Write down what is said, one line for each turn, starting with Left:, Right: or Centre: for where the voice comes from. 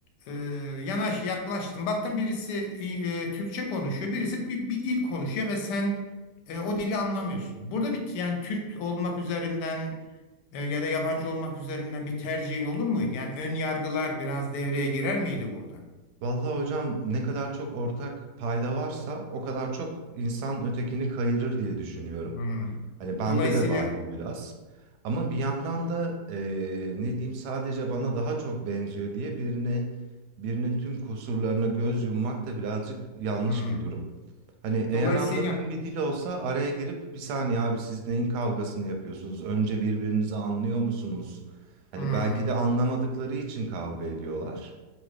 Left: e, yanaş yaklaştın. Baktın birisi e, Türkçe konuşuyor, birisi bir, bir dil konuşuyor ve sen e, o dili anlamıyorsun. Burada bir yani Türk olmak üzerinden e, ya da yabancı olmak üzerinden bir tercihin olur muydu? Yani ön yargılar biraz devreye girer miydi burada?
Right: Vallahi hocam ne kadar çok ortak payda varsa o kadar çok insan ötekini kayırır diye düşünüyorum.
Left: Hmm.
Right: Hani bende
Left: Dolayısıyla
Right: de var bu biraz. Ama bir yandan da eee, ne diyeyim sadece bana daha çok benziyor diye birine birinin tüm kusurlarına göz yummak da birazcık yanlış
Left: hmm.
Right: bir durum. Hani eğer
Left: Dolayısıyla
Right: anladığım bir dil olsa araya girip bir saniye abi siz neyin kavgasını yapıyorsunuz? Önce birbirinizi anlıyor musunuz? Hani
Left: hmm.
Right: belki de anlamadıkları için kavga ediyorlar.